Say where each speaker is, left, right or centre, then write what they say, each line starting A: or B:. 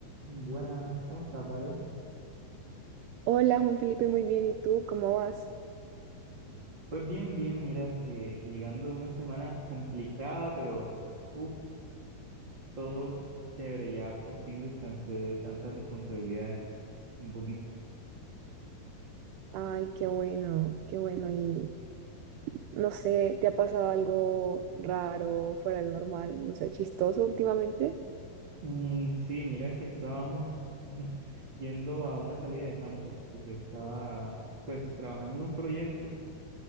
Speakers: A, on the right; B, on the right.
A: Buenas, ¿cómo estás, Vale?
B: Hola Juan Felipe, muy bien. ¿Y tú cómo vas?
A: Pues bien, bien, mira que llegando a una semana complicada, pero uff, todo chévere, ya por fin descansé de tantas responsabilidades un poquito.
B: Ay, qué bueno, qué bueno. Y no sé, ¿te ha pasado algo raro, fuera del normal, no sé, chistoso últimamente?
A: Mm, sí, mira que estábamos <laughs> yendo a una salida de campo, porque estaba pues trabajando en un proyecto